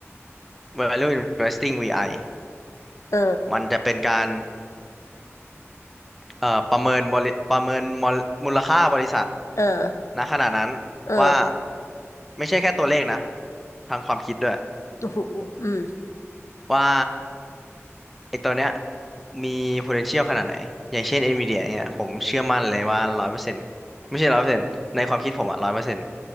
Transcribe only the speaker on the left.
เออ
เออ
เออ
โอ้โหอืม